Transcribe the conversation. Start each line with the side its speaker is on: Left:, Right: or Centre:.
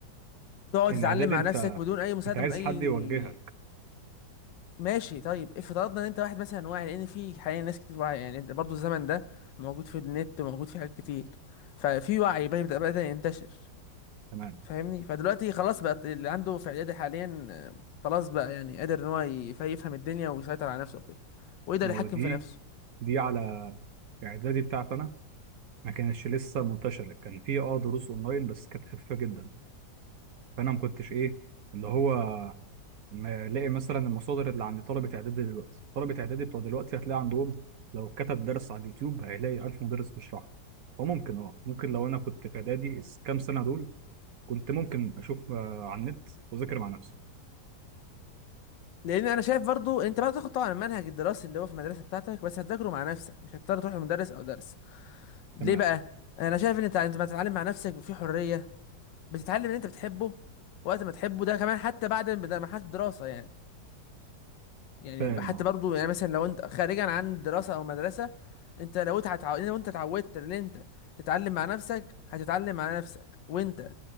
Left: تقعد
Right: إن
Left: تتعلم
Right: إعدادي
Left: مع
Right: أنت
Left: نفسك بدون اي مساعده
Right: أنت عايز
Left: من اي
Right: حد يوجهك
Left: ماشي طيب افترضنا ان انت واحد مثلا واعي لان في حاليا ناس كتير واعيه يعني انت برضو الزمن ده موجود في النت وموجود في حاجات كتير ففي وعي بيبدا بدا ينتشر
Right: تمام
Left: فاهمني فدلوقتي خلاص بقى اللي عنده في اعدادي حاليا آه، خلاص بقى يعني قادر ان هو ي- يفهم الدنيا ويسيطر على نفسه وكده ويقدر
Right: ما
Left: يتحكم
Right: هو دي
Left: في نفسه
Right: دي على إعدادي بتاعتي أنا ما كانتش لسه منتشرة كان في أه دروس أونلاين بس كانت خفيفة جدا فأنا ما كنتش إيه اللي هو ما الاقي مثلا المصادر اللي عند طلبه اعدادي دلوقتي طلبه اعدادي بتوع دلوقتي هتلاقي عندهم لو كتب درس على اليوتيوب هيلاقي 1000 مدرس بيشرح له وممكن اه ممكن لو انا كنت في اعدادي الس- كام سنه دول كنت ممكن اشوف آه، على النت واذاكر مع نفسي
Left: لان انا شايف برضو انت بقى تاخد طبعا المنهج الدراسي اللي هو في المدرسه بتاعتك بس هتذاكره مع نفسك مش هتضطر تروح لمدرس او درس ليه
Right: تمام
Left: بقى انا شايف ان انت أنت بتتعلم مع نفسك في حريه بتتعلم اللي انت بتحبه وقت ما تحبه ده كمان حتى بعد ما بدأ مرحله الدراسه يعني يعني
Right: فاهم
Left: حتى
Right: اه
Left: برضو يعني مثلا لو انت خارجا عن الدراسه او مدرسه انت لو اتعو... لو انت اتعودت ان انت تتعلم مع نفسك هتتعلم مع نفسك وانت